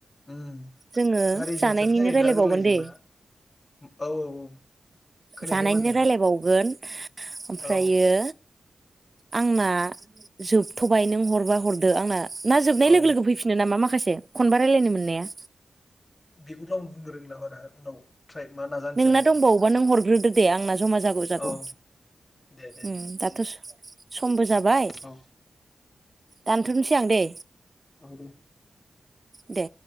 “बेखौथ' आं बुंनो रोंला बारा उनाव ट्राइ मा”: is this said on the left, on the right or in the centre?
Left